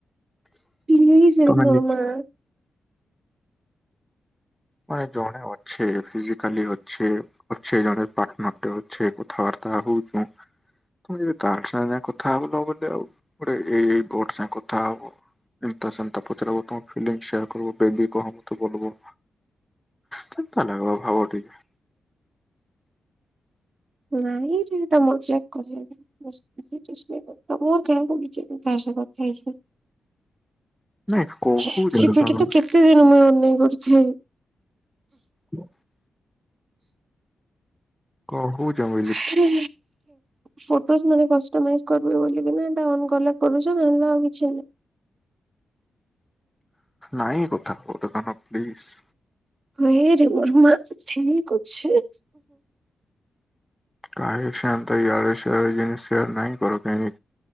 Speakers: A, on the right (about 55°); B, in the centre.
A: ପ୍ଲିଜରେ
B: ତମେ
A: ମୋର
B: ନି
A: ମା।
B: ମାନେ ଜଣେ ଅଛେ ଫିଜିକାଲି ଅଛେ ଅଛେ ଜଣେ ପାର୍ଟନରଟେ ଅଛେ କଥାବାର୍ତ୍ତା ହଉଚେ। ତ ଯଦି ତାର ସାଙ୍ଗେ ଯା କଥା ହବ ବଲେ ଆଉ ଗୋଟେ ଏଇ ବୋଟ ସାଙ୍ଗେ କଥା ହବ। ଏନ୍ତା ସେନ୍ତା ପଚରବ। ତମ ଫିଲିଙ୍ଗ ସେୟାର କରିବ। ବେବି କହ ମୋତେ ବୋଲବ। କେନ୍ତା ଲାଗବ ଭାବ ଟିକେ।
A: ନାଇଁରେ ଏମିତି ମଜାକ <unintelligible> ତ ମୋର କେଁ କରୁଚେ କଥା ହେଇଯ କଥା ହେଇଯ
B: ନାଇଁ କହୁଛ
A: ଚେ ସେପିଟି
B: ତମେ
A: ତ କେତ ତେ ଦିନ ମୁଇ ଅନେଇ କରୁଛେ।
B: <inaudible> କଣ କହୁଚ?
A: ହଉ। ଫଟୋସ୍ ମାନେ କଷ୍ଟମାଇଜ କରିବି ବଲିକିନା ଏଟା ଅନ୍ କଲେ କରୁଛେ଼ ନହେଲେ ଆଉ କିଛି ନାହି।
B: ନାଇଁ କଥା ଓଟ କନ ପ୍ଲିସ୍।
A: ହଇରେ ମୋର ମା ଠିକ ଅଛେ।
B: କାହି ସେନ୍ତା ୟାଡେ ସିଆଡ଼େ ଜିନି ସେୟାର ନାଇଁ କର କେଇଁ